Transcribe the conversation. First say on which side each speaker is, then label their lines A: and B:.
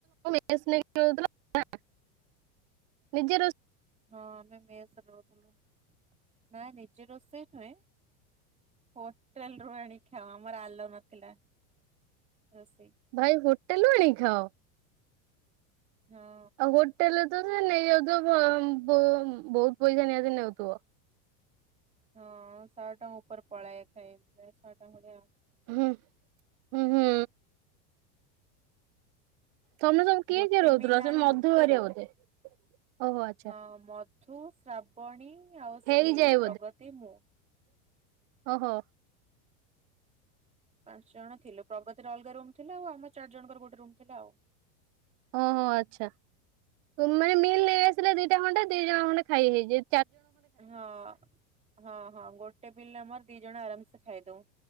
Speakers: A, on the right; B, on the right.
A: ମେସ ନେଇକି ରହୁଥିଲା ନା, ନିଜେ ରୋଷେଇ
B: ହଁ ଆମେ ମେସରେ ରହୁଥିଲୁ, ନା ନିଜେ ରୋଷେଇ ନୁହେଁ। ହୋଟେଲରୁ ଆଣି ଖାଉ, ଆମର ଆଲାଉ ନଥିଲା ରୋଷେଇ।
A: ଭାଇ ହୋଟେଲରୁ ଆଣି ଖାଅ?
B: ହଁ
A: ଆଉ ହୋଟେଲରେ ତ ସେ ନେଇଯାଉଥିବ, ବ ବୋ ବହୁତ ପଇସା ନିହାତି ନେଉଥିବ।
B: ହଁ ଶହେ ଟଙ୍କା ଉପରେ ପଳାଏ, ଖାଇ ଶହେ ଟଙ୍କା ଭଳିଆ।
A: ହୁଁ- ହୁଁ- ହୁଁ। ତମେ ସବୁ କିଏ
B: ଗୋଟେ
A: କିଏ ରହୁଥିଲ,
B: ମିଲ୍
A: ସେ
B: ଆଣୁ
A: ମଧୁ
B: ମୁକ୍ତାରୁ
A: ହେରିକା ବୋଧେ? ଓହୋ ଆଚ୍ଛା।
B: ହଁ ମଧୁ, ଶ୍ରାବଣୀ ଆଉ
A: ହେଇଯାଏ
B: ଶ୍ରୀ, ପ୍ରଗତି, ମୁଁ।
A: ଓ ହୋ।
B: ପାଞ୍ଚ ଜଣ ଥିଲୁ। ପ୍ରଗତିର ଅଲଗା ରୁମ୍ ଥିଲା, ଆଉ ଆମ ଚାରି ଜଣଙ୍କର ଗୋଟେ ରୁମ୍ ଥିଲା ଆଉ।
A: ହଁ ଆଚ୍ଛା ମାନେ ମିଲ୍ ନେଇ ଆସିଲେ ଦିଟା ଖଣ୍ଡେ, ଦି ଜଣ ଖଣ୍ଡେ ଖାଇ ହେଇଯାଏ।
B: ହଁ- ହଁ- ହଁ ଗୋଟେ ମିଲ ଆମର ଦି ଜଣ ଆରାମସେ ଖାଇଦଉ।